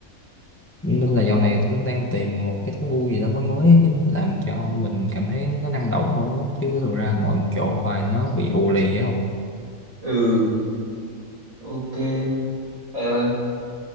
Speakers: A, on the left; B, on the right.
A: nên là dạo này tôi cũng đang tìm một cái thú vui gì đó mới mới làm cho mình cảm thấy nó năng động hơn đó. chứ rồi ra ngồi một chỗ hoài nó bị ù lì á không
B: Ừ. Ok. Ờ,